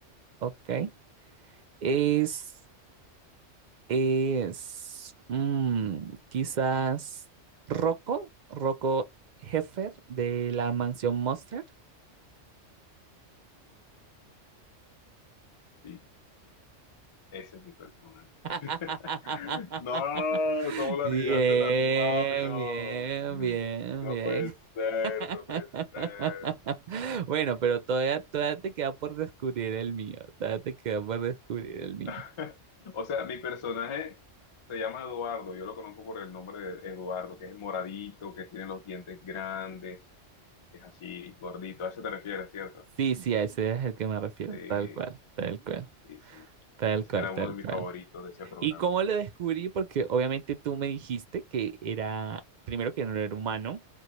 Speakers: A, on the right; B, on the left.
A: ok, es, es, mm, quizás Rocco, Rocco Heffer de la Mansión Monster.
B: Sí, ese es mi personaje.
A: <laughs>
B: <laughs> No, ¿cómo lo
A: Bien,
B: adivinaste tan rápido?
A: bien,
B: No
A: bien, bien.
B: puede ser,
A: <laughs>
B: no puede ser.
A: Bueno, pero todavía, todavía te queda por descubrir el mío. Todavía te queda por descubrir el mío.
B: <laughs> O sea, mi personaje se llama Eduardo, yo lo conozco por el nombre de Eduardo, que es el moradito, que tiene los dientes grandes, que es así gordito. A eso te refieres, ¿cierto?
A: Sí, sí, a ese es el que me refiero.
B: Sí,
A: Tal cual, tal cual,
B: sí, sí.
A: tal
B: Ese
A: cual,
B: era uno
A: tal
B: de mis
A: cual.
B: favoritos de ese programa.
A: ¿Y cómo lo descubrí? Porque obviamente tú me dijiste que era, primero que no era humano,